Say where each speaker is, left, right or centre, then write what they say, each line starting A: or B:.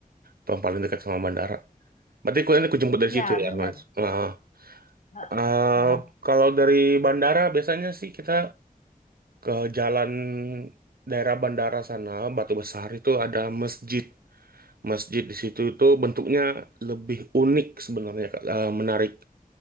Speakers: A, on the right; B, on the left.
A: paling paling dekat sama bandara. Berarti kalian aku jemput dari
B: iya
A: situ ya,
B: bener.
A: Mas. Ah,
B: Heeh,
A: eh,
B: heeh.
A: kalau dari bandara biasanya sih kita ke jalan daerah bandara sana, Batu Besar itu ada masjid. Masjid di situ itu bentuknya lebih unik sebenarnya, Kak. Eh, menarik